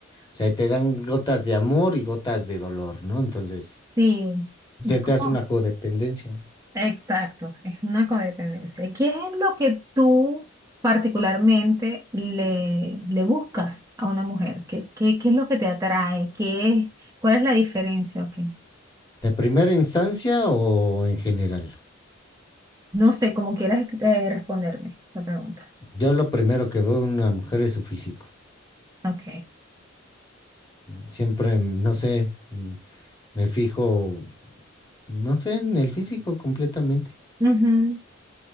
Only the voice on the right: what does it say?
Sí,
es
como,
exacto, es una codependencia. ¿Qué es lo que tú particularmente le, le buscas a una mujer? ¿Qué, qué, qué es lo que te atrae? ¿Qué es, cuál es la diferencia? Ok.
No sé, como quieras eh, responderme la pregunta.
Ok.
Ujú.